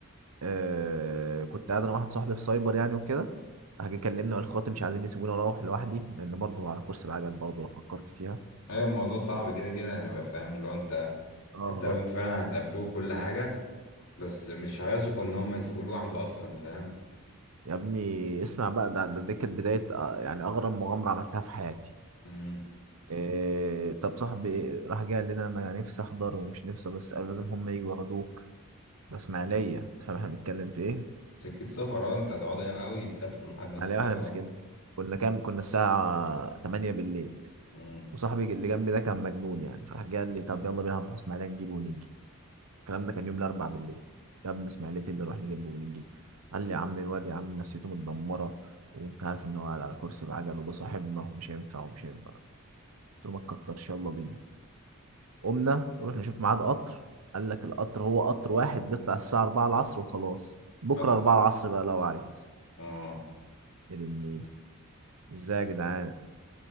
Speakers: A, on the right; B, on the left.
A: آه كنت قاعد انا واحد صاحبي في سايبر يعني وكده راح جه كلمنا وقال خاطر مش عايزين يسيبوني اروح لوحدي لان برضه هو على كرسي بعجل برضه لو فكرت فيها
B: ايوه الموضوع صعب كده كده يعني بقى فاهم اللي هو انت
A: اه
B: حتى لو انت فعلا هتقابلوه كل حاجه بس مش هيثقوا ان هم يسيبوه لوحده اصلا فاهم
A: يا ابني اسمع بقى ده ده دي كانت بدايه آه، يعني اغرب مغامره عملتها في حياتي
B: امم
A: إيه طب صاحبي راح جه قال لنا انا نفسي احضر ومش نفسي بس قالوا لازم هم يجوا ياخدوك ده اسماعيليه انت فاهم احنا بنتكلم في ايه
B: سكه سفر اه انت هتقعدوا ياما قوي تسافروا لحد ما توصلوا
A: على واحنا مسكين
B: اه
A: كنا كام كنا الساعة 8 بالليل
B: امم
A: وصاحبي اللي جنبي ده كان مجنون يعني فراح جه قال لي طب يلا بينا هنروح اسماعيلية نجيبه ونيجي الكلام ده كان يوم الأربع بالليل يا ابني اسماعيلية إيه اللي نروح نجيبه ونيجي قال لي يا عم الواد يا عم نفسيته متدمرة وانت عارف ان هو قاعد على كرسي بعجل وده صاحبنا ومش هينفع ومش هينفع قلت له ما تكترش يلا بينا قمنا نروح نشوف ميعاد قطر قال لك القطر هو قطر واحد بيطلع الساعة 4 العصر وخلاص بكرة
B: اصلا
A: 4 العصر بقى لو عايز
B: اه
A: يا دي النيل ازاي يا جدعان